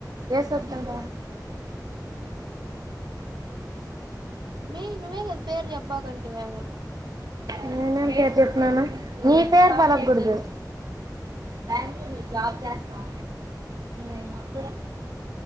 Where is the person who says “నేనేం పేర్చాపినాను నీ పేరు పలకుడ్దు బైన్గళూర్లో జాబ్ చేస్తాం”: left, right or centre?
Right